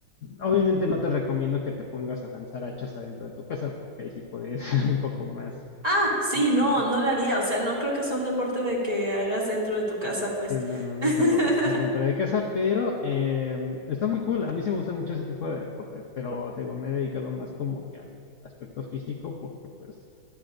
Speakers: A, on the left (about 55°); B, on the right (about 20°).
A: Obviamente no te recomiendo que te pongas a lanzar hachas adentro de tu casa, porque ahí sí podría <laughs> ser un poco más...
B: Ah, sí, no,
A: mm,
B: no lo haría. O sea, no creo que sea un deporte de que hagas dentro de tu casa, pues.
A: Sí, no, no, no
B: <laughs>
A: es algo para hacer dentro de casa, pero eh, está muy cool. A mí sí me gustan mucho ese tipo de deportes, pero te digo, me he dedicado más como que al aspecto físico, porque pues